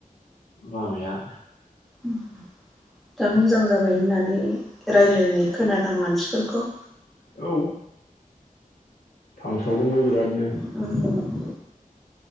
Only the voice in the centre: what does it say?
उम दा मोजां जाबाय होननानै रायलायनाय खोनादां मानसिफोरखौ।
उम।